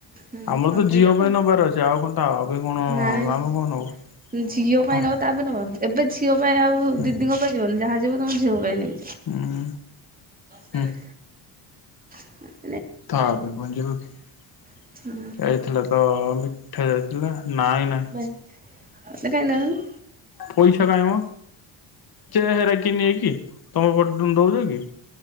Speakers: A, on the right (about 15°); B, on the left (about 45°).
A: ହୁଁ
B: ଆମର
A: ଆଉ
B: ତ
A: ସେଇଟା
B: ଝିଅ ପାଇଁ ନବାର ଅଛି ଆଉ କଣ ତା ପାଇଁ କଣ
A: ନାଇଁ
B: ଆମେ କଣ ନବୁ।
A: ଝିଅ ପାଇଁ
B: ହଁ
A: ନବ ତା ପେଇଁ ନବନି ଏବେ ଝିଅ ପାଇଁ ଆଉ
B: ହୁଁ
A: ଦିଦିଙ୍କ ପାଇଁ ଯିବନି ଯାହା ଯିବ ତମ ଝିଅ ପାଇଁ ନେବି।
B: ଉଁ ହୁଁ।
A: ସେରେ
B: ହୁଁ
A: ହୁଁ।
B: ତା ପାଇଁ କଣ ଯିବକି
A: ହଁ
B: ଏଇଥିଲା ତ ମି ଉଠା ଯାଇଥିଲା ନାଇଁ ନାଇଁ।
A: ବାଇ ଅ ମତେ କାଇଁ ନଉନୁ।
B: ପଇସା କାଇଁମ ଯେ ହେରା କିଏ ନେଏକି ତମ ପଟେ ଦେଉଚ କି?